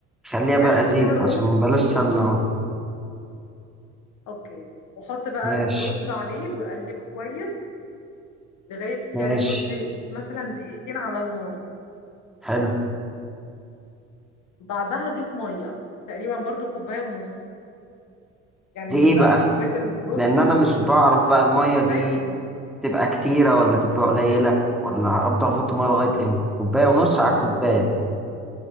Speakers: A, in the centre; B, on the left.
A: خليها
B: واقلب
A: بقى زيت
B: فيها الرز
A: عشان بلاش سمنة اهو
B: اوكي واحط بقى
A: ماشي
B: الرز عليه واقلبه كويس لغايه
A: ماشي
B: يعني لمده مثلا دقيقتين على النار
A: حلو
B: بعدها اضيف ميه تقريبا برضو كوبايه ونص يعني
A: دي ايه
B: ضعف
A: بقى
B: كوبايه الرز
A: لان
B: اللي
A: انا
B: انت
A: مش
B: حطيت
A: بعرف بقى المية
B: كوبايه
A: دي
B: ونص
A: تبقى كتيرة ولا تبقى قليلة ولا افضل احط مية لغاية امتى كوباية ونص على الكوباية